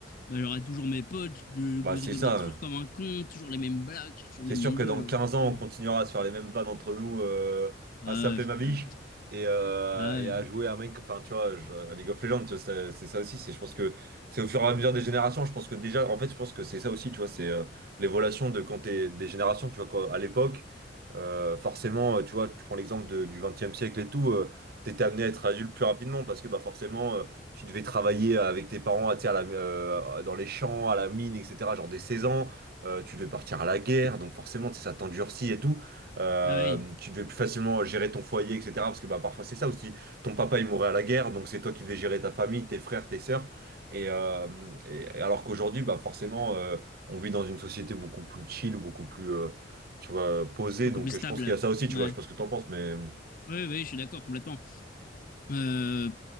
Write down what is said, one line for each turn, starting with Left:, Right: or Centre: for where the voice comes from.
Left: bah, j'aurai toujours mes potes, je je
Right: Bah, c'est
Left: rigolerai
Right: ça.
Left: toujours
Right: hein.
Left: comme un con, toujours les mêmes blagues, je suis toujours
Right: C'est
Left: le
Right: sûr
Left: même mongol,
Right: que dans
Left: hein,
Right: 15
Left: franchement.
Right: ans, on continuera à se faire les mêmes vannes entre nous, euh,
Left: Ah
Right: à s'appeler
Left: ouais, frère.
Right: ma biche et, euh,
Left: Ah
Right: et
Left: ouais.
Right: à jouer à Minecraft. Enfin, tu vois, je- à League of Legends, tu vois, c'est c'est ça aussi. C'est, je pense que c'est au fur et à mesure des générations. Je pense que déjà, en fait, je pense que c'est ça aussi, tu vois, c'est euh, l'évolution de quand t'es des générations. Tu vois, quand- à l'époque, euh, forcément, euh, tu vois, tu prends l'exemple de- du 20 siècle et tout, euh, t'étais amené à être adulte plus rapidement parce que, bah, forcément, euh, tu devais travailler avec tes parents, tu sais, à la, euh, dans les champs, à la mine, etc., genre dès 16 ans. Euh, tu devais partir à la guerre, donc forcément, tu sais, ça t'endurcit et tout. Euh,
Left: Ah ouais,
Right: tu devais plus facilement gérer ton foyer, etc. Parce que bah, parfois, c'est ça aussi. Ton papa, il mourait à la guerre, donc c'est toi qui devais gérer ta famille, tes frères, tes sœurs. Et, euh, et- et alors qu'aujourd'hui, bah, forcément, euh, on vit dans une société beaucoup plus chill, beaucoup plus, euh, tu vois, posée.
Left: beaucoup
Right: Donc
Left: plus stable.
Right: euh, je pense qu'il y a ça aussi, tu
Left: Ouais.
Right: vois. Je sais pas ce que t'en penses, mais...
Left: Oui, oui, je suis d'accord, complètement. Euh,